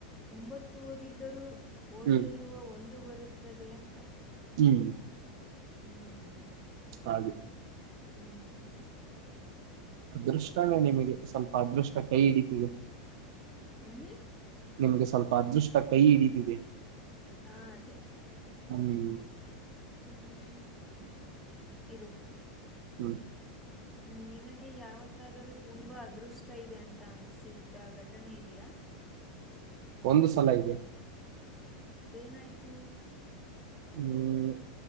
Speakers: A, in the centre; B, on the right.
A: ಒಂಬತ್ತು ಓದಿದ್ದರೂ ಓದದರುವ
B: ಹ್ಮ್
A: ಒಂದು ಬರುತ್ತದೆ ಅಂತ
B: ಹ್ಮ್
A: ಹ್ಮ್
B: ಹಾಗೆ
A: ಹ್ಮ್
B: ಅದೃಷ್ಟವೇ ನಿಮಗೆ ಸ್ವಲ್ಪ ಅದೃಷ್ಟ ಕೈ ಹಿಡಿತವಿ
A: ಹ್ಮ್
B: ನಿಮ್ಗೆ ಸ್ವಲ್ಪ ಅದೃಷ್ಟ ಕೈ ಹಿಡಿದಿದೆ
A: ಹಾ ಅದೇ
B: ಹ್ಮ್
A: ಹ್ಮ್
B: <inaudible>
A: ಇರು
B: ಹ್ಮ
A: ಹ್ಮ್ ನಿನಗೆ ಯಾವತ್ತಾದರೂ ತುಂಬಾ ಅದೃಷ್ಟ ಇದೆ ಅಂತ ಅನ್ಸಿದ್ದ ಘಟನೆ ಇದೆಯಾ
B: ಒಂದು ಸಲ ಇದೆ
A: ಏನಾಯ್ತು
B: ಹ್ಮ್